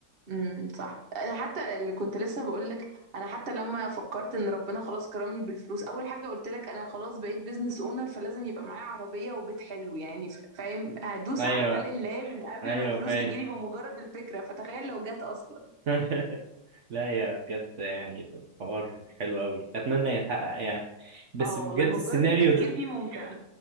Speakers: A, on the right; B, on the right.
A: امم صح انا حتى اللي كنت لسه بقولك انا حتى لما فكرت ان ربنا خلاص كرمني بالفلوس اول حاجة قلت لك انا خلاص بقيت بيزنس اونر فلازم يبقى معايا عربية وبيت حلو يعني ف- فاهم هدوس
B: ايوه
A: على خلق الله من قبل
B: ايوه
A: ما الفلوس
B: فاهم
A: تجيلي بمجرد الفكرة فتخيل لو جت اصلا
B: <laughs> لا يا بجد يعني الحوار حلو قوي اتمنى يتحقق يعني بس
A: اه
B: بجد
A: والله مجرد
B: السيناريو
A: التفكير
B: ده
A: فيه ممتع